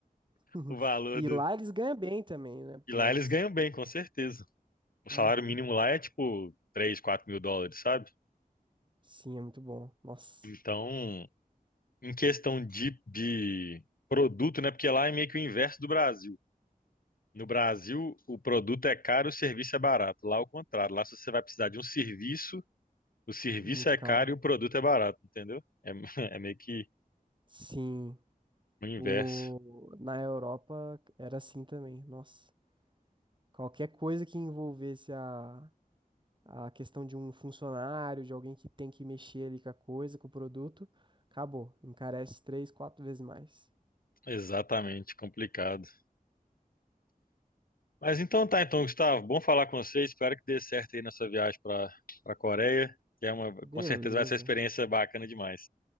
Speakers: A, on the right; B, on the left.
A: <laughs>
B: o valor
A: E
B: do.
A: lá eles ganham bem também, né? Pô,
B: E lá
A: eles
B: eles ganham
A: têm.
B: bem, com certeza. O
A: Uhum.
B: salário mínimo lá é tipo 3, quatro mil dólares, sabe?
A: Sim, é muito bom. Nossa,
B: Então, em questão de, de produto, né? Porque lá é meio que o inverso do Brasil. No Brasil, o produto é caro, o serviço é barato. Lá, é o contrário. Lá, se você vai precisar de um serviço, o serviço
A: muito
B: é
A: caro.
B: caro e o produto é barato, entendeu? É, <laughs> é meio que
A: Sim,
B: o inverso.
A: o... na Europa era assim também. Nossa, qualquer coisa que envolvesse a, a questão de um funcionário, de alguém que tem que mexer ali com a coisa, com o produto, acabou. Encarece três, quatro vezes mais.
B: Exatamente, complicado. Mas então tá, então, Gustavo, bom falar com você. Espero que dê certo aí na sua viagem para a Coreia, que é uma,
A: Beleza.
B: com certeza vai ser uma experiência bacana demais.